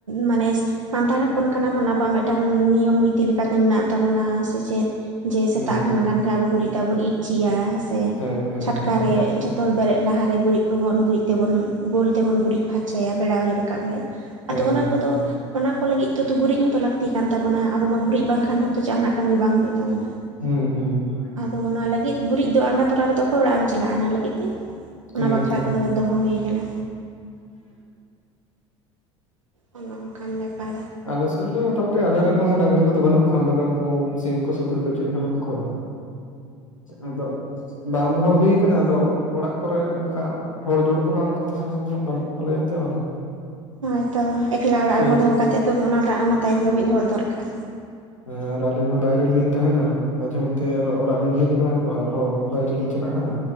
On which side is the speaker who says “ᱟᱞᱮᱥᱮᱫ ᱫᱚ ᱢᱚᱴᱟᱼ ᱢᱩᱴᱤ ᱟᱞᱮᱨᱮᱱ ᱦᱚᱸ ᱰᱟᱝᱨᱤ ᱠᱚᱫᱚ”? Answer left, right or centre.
Left